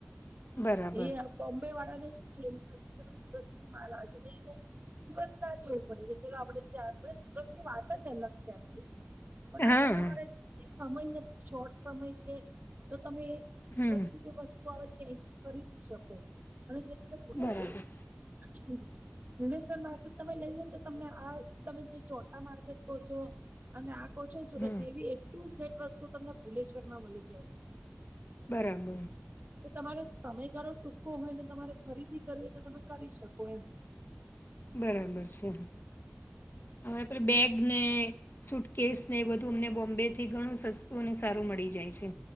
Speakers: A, on the left; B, on the right.
A: બરાબર
B: એ બમ્બેવાળાને શું છે <unintelligible> માલાજ રહી છે <unintelligible> સુરત ના જવું પડે કે ચાલ આપણેે જ જાતે સુરતની વાત જ અલગ છે પણ
A: હા
B: આ તો તમારે સમય નથી શોર્ટ સમય છે તો તમે સુરતની
A: હમ
B: જે વસ્તુ આવે છે એથી ખરીદી શકો અને જેમ કે ભૂલે
A: બરાબર
B: સર હમ ભુણસ્વર માર્કેટ તમે લઈ લનેને તો તમને આ તમે જે ચોટા માર્કેટ કહો છો અને આંકો છો સુરત
A: હમ
B: ની એવી એટલું સેટ વસ્તુ તમને ભુલેશ્વરમાં મળી જાય
A: બરાબર
B: કે તમારે સમયગાળો ટૂંકો હોય ને તમારે ખરીદી કરવી તો તમે કરી શકો એમ
A: બરાબર છે હવે આપે બેગ ને સૂટકેસને એ બધું અમને બોમ્બેથી ઘણું સસ્તું અને સારું મળી જાય છે